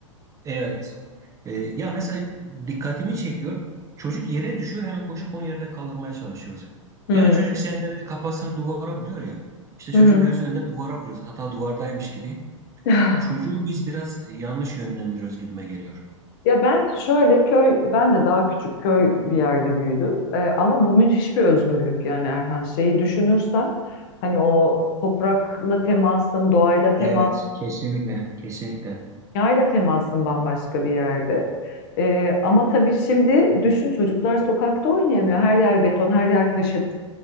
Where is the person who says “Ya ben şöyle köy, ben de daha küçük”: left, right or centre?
Left